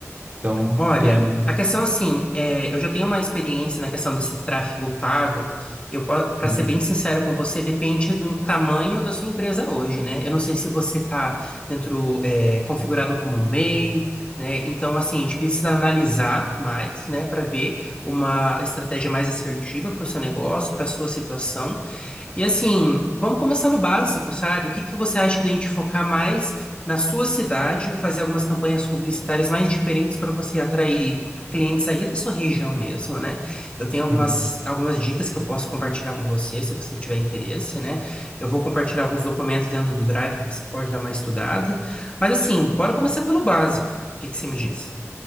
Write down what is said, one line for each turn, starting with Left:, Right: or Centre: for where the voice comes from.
Right: Então,
Left: Olha,
Right: queria um.
Left: a questão assim, é, eu já tenho uma experiência na questão desse tráfego pago. Eu, para
Right: Uhum,
Left: ser bem sincero com você, depende do tamanho da sua empresa hoje, né? Eu não sei se você está dentro, é, configurado como um MEI, né? Então, assim, a gente precisa analisar mais, né, para ver uma estratégia mais assertiva para o seu negócio, para a sua situação. E assim, vamos começar no básico, sabe? O que que você acha de a gente focar mais na sua cidade, fazer algumas campanhas publicitárias mais diferentes para você atrair clientes aí da sua região mesmo, né? Eu tenho algumas,
Right: uhum.
Left: algumas dicas que eu posso compartilhar com você, se você tiver interesse, né? Eu vou compartilhar alguns documentos dentro do Drive que você pode dar uma estudada. Mas assim, bora começar pelo básico. O que que você me diz?